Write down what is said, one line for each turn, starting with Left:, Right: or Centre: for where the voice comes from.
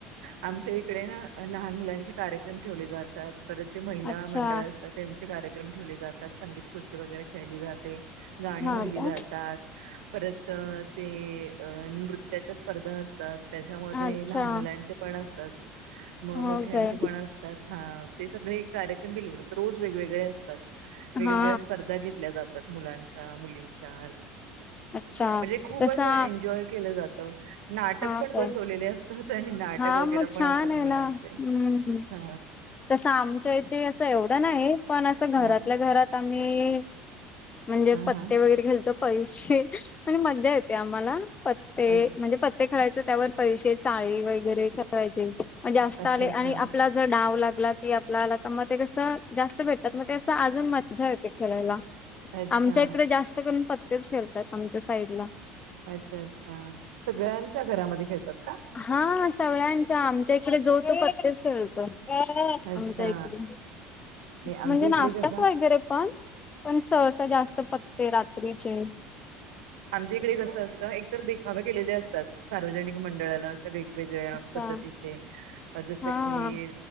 Right: आमच्या इकडे ना लहान मुलांचे कार्यक्रम ठेवले जातात परत जे महिला
Left: अच्छा
Right: मंडळ असतात त्यांचे कार्यक्रम ठेवले जातात. संगीत खुर्ची वगैरे खेळली जाते. गाणी
Left: हा
Right: म्हणली
Left: का
Right: जातात. परत अ ते अ नृत्याच्या स्पर्धा असतात त्याच्यामध्ये
Left: अच्छा
Right: लहान मुलां- -चे पण असतात. मग
Left: हो
Right: मोठ्यांच्या
Left: काय
Right: पण असतात. हां ते सगळे कार्यक्रम केले जातात रोज वेगवेगळे असतात. वेगवेगळ्या
Left: हा
Right: स्पर्धा घेतल्या जातात मुलांच्या मुलींच्या
Left: अच्छा
Right: म्हणजे खूप
Left: तसा
Right: असं एन्जॉय केलं जात नाटक
Left: हा
Right: पण
Left: काय
Right: बसवलेले असतात आणि नाटक
Left: हा
Right: वगैरे
Left: मग
Right: पण
Left: छान
Right: असतात
Left: आहे
Right: मुलांचे
Left: ना हम्म
Right: ह
Left: तसं आमच्या इथे असं एवढं नाही पण असं
Right: हा
Left: घरातल्या घरात आम्ही म्हणजे
Right: हा
Left: पत्ते
Right: हा
Left: वगैरे खालतो पैसे म्हणजे मज्जा येते आम्हाला पत्ते
Right: अच
Left: म्हणजे पत्ते खेळायच त्यावर पैसे चाळी वगैरे ठेवायचे जास्त
Right: अच्छा
Left: आले
Right: अच्छा
Left: आणि आपला ज डाव लागला की आपल्याला का म ते कसं जास्त भेटतात मग ते असं अजून मज्जा येते खेळायला.
Right: अच्छा
Left: आमच्या इकडे जास्त करून पत्तेच खेळतात आमच्या साईड ला
Right: अच्छा अच्छा सगळ्यांच्या घरामध्ये खेळतात का?
Left: हा सगळ्यांच्या आमच्या इकडे जो तो पत्तेच खेळतो.
Right: अच्छा
Left: आमच्या इकडे
Right: नाही
Left: म्हणजे
Right: आमच्या
Left: नाचतात
Right: इकडे कसं
Left: वगैरे पण पण सहसा जास्त पत्ते रात्रीचे
Right: आमच्या इकडे कसं असतं एकतर देखावे केलेले असतात सार्वजनिक मंडळान वेगवेगळ्या
Left: अच्छा
Right: पद्धतीचे जस
Left: हा
Right: की